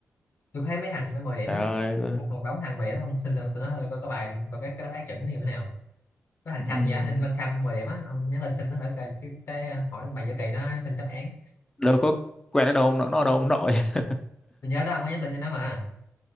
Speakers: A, on the left (about 60°); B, on the left (about 15°).
A: tôi thấy mấy thằng nó 10 điểm
B: trời
A: á
B: ơi tôi-
A: một một đống thằng 10 điểm ông xin được tụi nó hơi coi có bài coi cái cái đáp án chuẩn như thế nào có thằng
B: ừm,
A: Khanh vậy Ninh Văn Khanh 10 điểm á ông nhắn tin xin nó hỏi cái, cái, cái à, hỏi bài giữa kỳ nó xin đáp án
B: đâu có quen ở đâu ông nó nó ở đâu ông nội <laughs>
A: tôi nhớ đó ông có nhắn tin cho nó mà